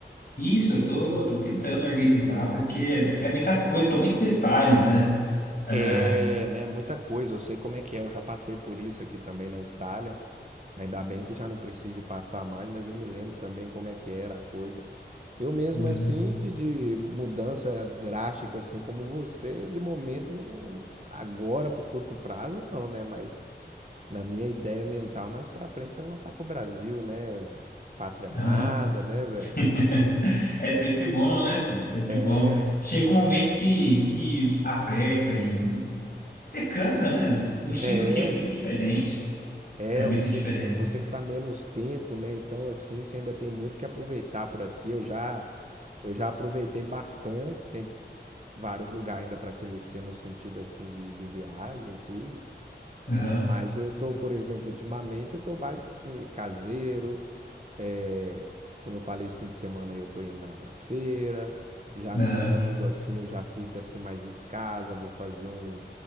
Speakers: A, on the left; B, on the right.
A: Isso, eu tô, tô tentando organizar, porque é muita coisa, são muitos detalhes, né? É,
B: É, né? Muita coisa. Eu sei como é que é. Eu já passei por isso aqui também na Itália. Ainda bem que já não precisa passar mais, mas eu me lembro também como é que era a coisa. Eu mesmo
A: é,
B: assim, de, de mudança drástica, assim como você, de momento, não, agora para o curto prazo, não, né? Mas na minha ideia mental, mais para frente é voltar pro Brasil, né? Pátria amada,
A: aham.
B: né, velho?
A: <laughs> É sempre bom, né, pô? Sempre
B: É,
A: bom. Chega um momento que, que aperta e você cansa, né? O estilo
B: é,
A: aqui é muito diferente.
B: é,
A: É muito
B: você
A: diferente.
B: você que está menos tempo, né? Então, assim, você ainda tem muito que aproveitar por aqui. Eu já eu já aproveitei bastante, tem vários lugares ainda para conhecer no sentido assim de, de viagem e tudo.
A: Aham,
B: Mas eu tô, por exemplo, ultimamente eu tô mais assim, caseiro. é, como eu falei, esse fim de semana aí eu tô indo na, na feira. Já
A: aham.
B: no domingo, assim, eu já fico assim mais em casa, vou fazer um,